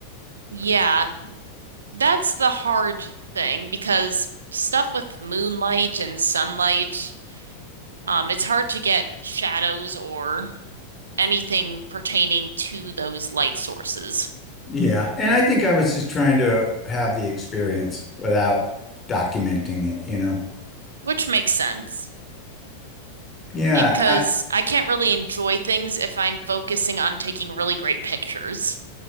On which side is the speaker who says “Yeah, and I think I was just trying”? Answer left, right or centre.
Left